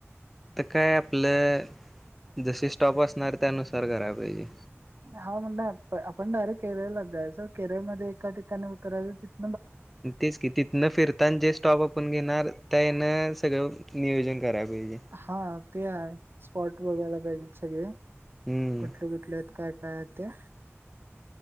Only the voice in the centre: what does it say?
त काय आपलं जशी स्टॉप असणार त्यानुसार कराया पाहिजे.
तेच की तिथन फिरताना जे स्टॉप आपण घेणार त्या नं सगळं नियोजन करायला पाहिजे
हम्म